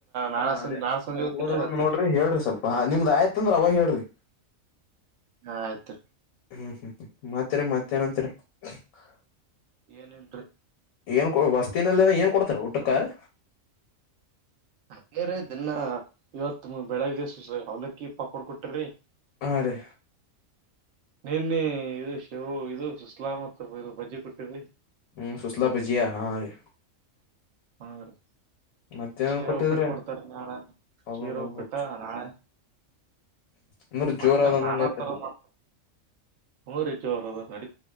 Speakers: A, on the right; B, on the left.
A: ನಾಳೆ
B: ಹಾ
A: ಸಂಜೆ
B: ಅದೇ
A: ನಾಳೆ ಸಂಜೆ ಹೊತ್ತೇನ್ರಿ
B: ಹೋದಾರಂದು
A: ಹತ್ತೇನ್ರಿ
B: ನೋಡ್ರಿ ಹೇಳ್ರಿ ಸ್ವಲ್ಪ ನಿಮ್ದ್ ಆಯ್ತು ಅಂದ್ರ ಅವಾಗ ಹೇಳ್ರಿ.
A: ಆಯ್ತ್ರಿ.
B: ಹ್ಮ್ ಹ್ಮ್ ಹ್ಮ ಮತ್ತ್ರೀ ಮತ್ತೇನಂತರಿ ಹ <inaudible>
A: ಏನಿಲ್ರಿ.
B: ಏನು ಕೊಡ್ ಬಸ್ ತಿನ್ನಲ್ಲ ಅಂದ್ರ್ ಏನ್ ಕೊಡ್ತಾರೆ ಊಟಕ್? ತ್ತ.
A: ಅದೆ ರೀ ದಿನ್ನಾ ಇವತ್ತು ಬೆಳಿಗ್ಗೆ ಸಸಾ ಅವಲಕ್ಕಿ ಪಾಪಡ್ ಕೊಟರೀ.
B: ಹಾ ರೀ.
A: ನಿನ್ನೆ ಇ ಶ ಇದು ಸುಸ್ಲಾ ಮತ್ತು ಇದು ಬಜ್ಜಿ ಕೊಟ್ಟಿರಿ
B: ಹ್ಮ್ ಸುಲ್ಲಾ ಭಜಿಯಾ ಹಾ ರೀ.
A: ಹಾ ರೀ
B: ಮತ್ತೇನನ್
A: ಶಿರಾ
B: ಕೊಟ್ಟಿದ್ರೆ
A: ಉಪ್ಪಿಟ್ಟ ಕೊಡ್ತಾರ ನಾಳೆ
B: ಅಬ್ಬಬ್ಬ
A: ಶಿರಾ ಉಪ್ಪಿಟ್ಟ ನಾಳೆ.
B: ಅಂದ್ರ
A: ಮಟ್ಟ
B: ಜೋರ ಆದಂದಂಗ
A: ನಾನಾ
B: ಆಯ್ತಲ್ಲ
A: ತರ ಮೂಚರದ ಹೂ ರೀ ಜೋರದ. ಬಾಡಿ.